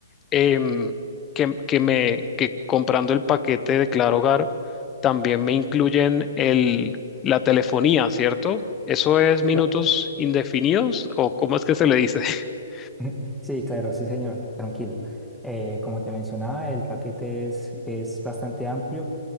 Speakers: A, on the left; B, in the centre.
A: em, que, que me, que comprando el paquete de Claro Hogar también me incluyen el, la telefonía, ¿cierto? ¿Eso es minutos
B: Cla-
A: indefinidos o cómo es que se le dice? <laughs>
B: <laughs> Sí, claro, sí, señor, tranquilo. Eh, como te mencionaba, el paquete es, es bastante amplio.